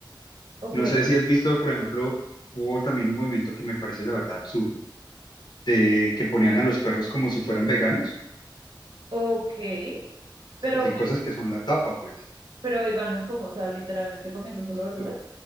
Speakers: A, on the right; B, on the left.
A: ok,
B: No sé si has visto, por ejemplo, hubo también un movimiento que me parece la verdad absurdo, de que ponían a los perros como si fueran veganos.
A: ok, pero...
B: Entonces, Hay cosas que son la tapa, pues.
A: Pero veganos como, o sea, literalmente comiendo solo verduras.
B: Sí,